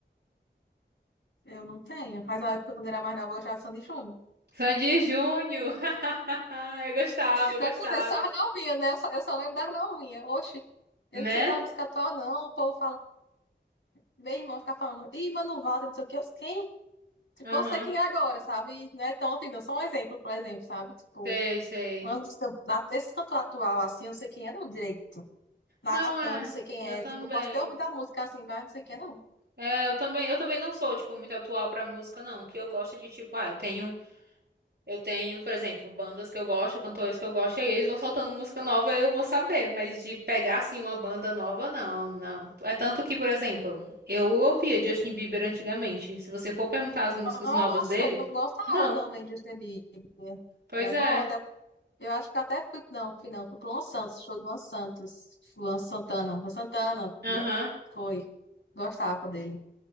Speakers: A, on the left; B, on the right.
A: Eu não tenho. Mas na época, quando era mais nova, eu gostava de Sandy e Júnior.
B: Sandy Júnior! <laughs> Eu gostava, eu
A: Pra
B: gostava.
A: tu ver, só as novinhas, né? Eu só, eu só lembro das novinhas. Oxe, eu
B: Né?
A: não sei da música atual, não. O povo fala, meu irmão fica falando, ih, Mano Walter, não sei o quê. Eu, quem? Tipo,
B: Aham.
A: eu sei quem é agora, sabe? E Não é tão antigo, não. Só um exemplo, por exemplo, sabe? Tipo,
B: Sei, sei.
A: uma música, na- esse cantor atual, assim, eu não sei quem é, não, direito. Natan,
B: Não é,
A: não sei quem
B: eu também.
A: é. Tipo, eu posso ter ouvido a música assim, mas não sei quem é, não.
B: É, eu também, eu também não sou, tipo, muito atual pra música, não. O que eu gosto é de, tipo, ah, eu tenho Eu tenho, por exemplo, bandas que eu gosto, cantores que eu gosto, e aí eles vão soltando música nova, eu vou saber, mas de pegar assim uma banda nova, não, não. É tanto que, por exemplo, eu ouvia Justin Bieber antigamente. Se você for perguntar as músicas
A: Nossa,
B: novas dele,
A: eu gostava
B: não.
A: também de Justin Bieber.
B: Pois
A: Era
B: é.
A: bom, até Eu acho que até fui, não, fui não, fui pro Luan Santos, show do Luan Santos, Luan Santana, Luan Santana,
B: Aham.
A: né? Foi. Gostava dele.